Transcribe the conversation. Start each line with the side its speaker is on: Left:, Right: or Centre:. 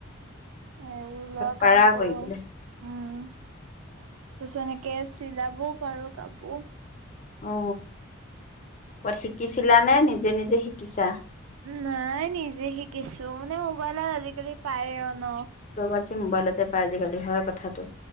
Right: এবোৰ লোৱা
Left: পাৰা
Right: কাম কৰো
Left: কৰিবলে
Right: উম তাৰিছত এনেকে চিলাবু পাৰ কাবো
Left: উ ক'াত শিকিছিলা নে নিজে নিজে শিকিছা
Right: নাই নিজে শিকিছো মানে মোবাইলত আজিকালি পায় ন
Left: লগত মোবাইলতে পাই আজিকালি হয় কথাটো